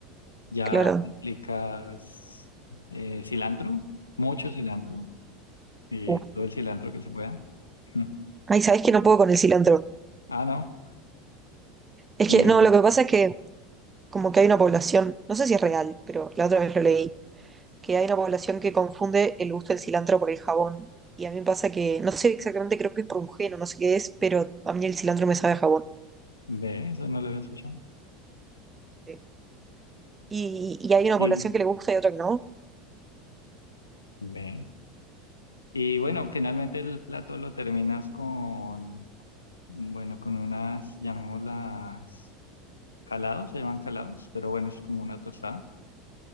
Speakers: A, on the left; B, on the right.
A: Ya
B: claro.
A: aplicas eh, cilantro, mucho cilantro, eh,
B: Uf.
A: todo el cilantro que se pueda. Mm.
B: Ay, ¿sabés que no puedo con el cilantro?
A: Ah, no.
B: Es
A: Y
B: que, no, lo que pasa es que como que hay una población, no sé si es real, pero la otra vez lo leí, que hay una población que confunde el gusto del cilantro por el jabón. Y a mí me pasa que, no sé exactamente, creo que es por un gen o no sé qué es, pero a mí el cilantro me sabe a jabón.
A: ve, eso no lo había escuchado.
B: Sí. Y, y hay una
A: Y
B: población que le gusta y otra que no,
A: ve. Y bueno, finalmente el plato lo terminas con, bueno, con unas, llamadas calados, se llaman calados, pero bueno, es como una tostada